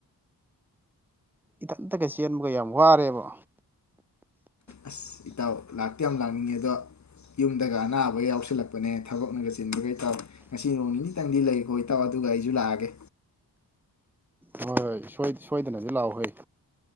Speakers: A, in the centre; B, on the left.
A: ꯏꯊꯟꯇꯒ ꯆꯦꯟꯕꯒ ꯌꯥꯝ ꯋꯥꯔꯦꯕ꯫
B: ꯑꯁ ꯏꯇꯥꯎ ꯂꯥꯛꯇꯤ ꯌꯥꯝ ꯂꯥꯛꯅꯤꯡꯉꯦ ꯌꯨꯝꯗꯒ ꯑꯅꯥꯕ ꯌꯥꯎꯁꯤꯜꯂꯛꯄꯅꯦ ꯊꯕꯛꯅꯒ ꯆꯤꯟꯕꯒ ꯏꯇꯥꯎ ꯉꯁꯤ ꯅꯣꯡ ꯅꯤꯅꯤꯇꯪꯗꯤ ꯂꯩꯈꯣ ꯏꯇꯥꯎ ꯑꯗꯨꯒ ꯑꯩꯁꯨ ꯂꯥꯛꯑꯒꯦ꯫
A: ꯍꯣꯏ ꯍꯣꯏ ꯁꯣꯏ-ꯁꯣꯏꯗꯅꯗꯤ ꯂꯥꯛꯑꯣ ꯍꯦ꯫